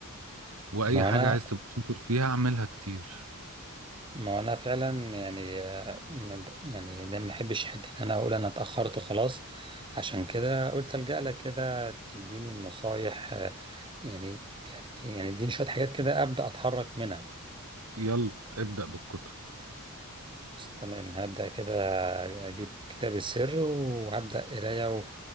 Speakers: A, on the right; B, on the right.
A: واي
B: ما
A: حاجة
B: انا
A: عايز تبقى شاطر فيها اعملها كتير
B: ما انا فعلا يعني آه، ما ب- يعني ده ما بحبش حته ان انا اقول انا اتاخرت خلاص عشان كده قلت الجا لك كده تديني النصايح آه، يعني يعني يعني اديني شويه حاجات كده ابدا اتحرك منها
A: يلا ابدأ بالكتب
B: بس تمام هبدأ كده أجيب كتاب السر وهبدأ قراية و...